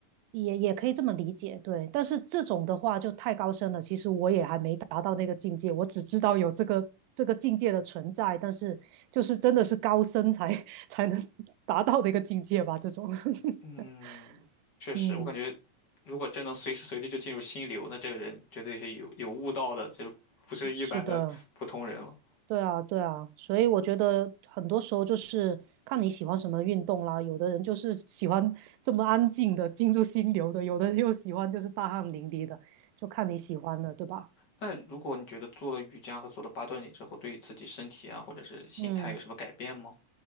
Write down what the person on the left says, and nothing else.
嗯，
确实，
我感觉如果真能随时随地就进入心流，那这个人绝对是有有悟道的，就不是一般的普通人了。
那如果你觉得做了瑜伽和做了八段锦之后，对自己身体啊，或者是心态有什么改变吗？